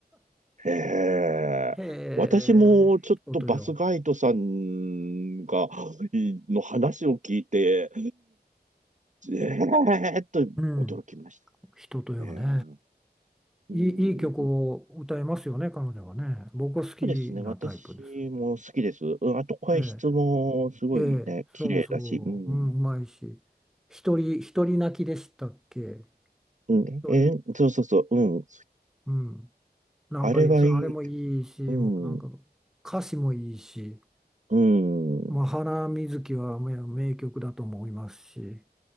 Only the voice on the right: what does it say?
へえ。
私もちょっとバスガイドさんが、
いの話を聞いて、えーっと驚きまし
たね。ええうん、
そ
うですね。私も好きです。うん、あと声質もすごいね、
綺麗だし。
うん。
うん、
えーそうそうそう。うん。
あれはいい。
うん。
うん。